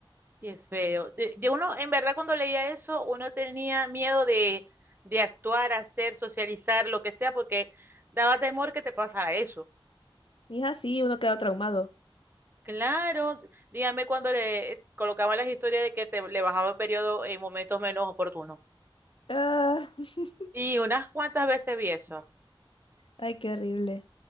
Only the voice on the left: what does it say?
Mija, sí, uno queda traumado.
Ah, <laughs>
ay, qué horrible.